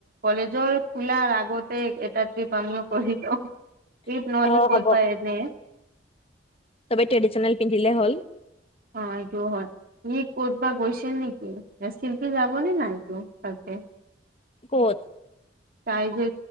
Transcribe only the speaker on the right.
কলেজৰ খোলাৰ আগতে এটা ট্ৰিপ আমিও কৰি লওঁ এইপ নহলে
ক'ত
দিবা এনে
অ এইটো হয়। ই কতবা গৈছিল নেকি শিল্পী যাব ন নাই ততে
তাইযে